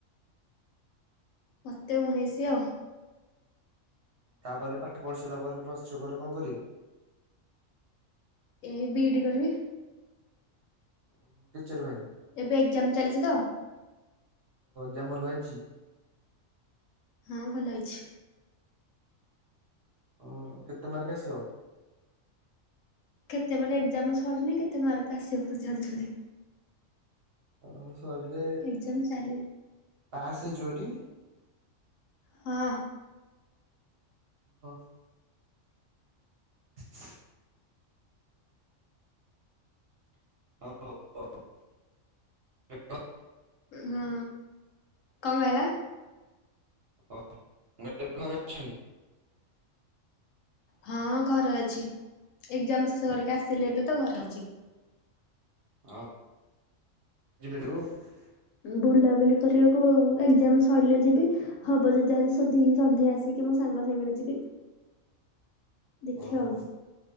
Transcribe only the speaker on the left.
ମତେ ଉଣେଇସି ଆଉ।
ଏଇ ବି ଇ ଡି କରିବି।
ଏବେ ଏକ୍ଜାମ ଚାଲିଚି ତ।
ହଁ ଭଲ ହେଇଛି।
କେତେ ମାନେ ଏକ୍ସଜାମ ସରିନି କେତେ ମାର୍କ ଆସିବ ପଚାରୁଛନ୍ତି।
ଏକ୍ଜାମ ଚାଲି
ହଁ।
ହୁଁ କଣ କହିଲ?
ହଁ ଘରେ ଅଛି ଏକ୍ସଜାମ ଶେଷ କରିକି ଆସିଲି ଏବେ ତ ଘରେ ଅଛି।
ବୁଲାବୁଲି କରିବାକୁ ଏକ୍ସଜାମ୍ ସରିଲେ ଯିବି ହବ ଯଦି ଆଜିି ସୁଧିକି ସନ୍ଧ୍ୟା ଆସିକି ମୋ ସାଙ୍ଗ--। <unintelligible> ଯିବି ଦେଖିଆ
ଆଉ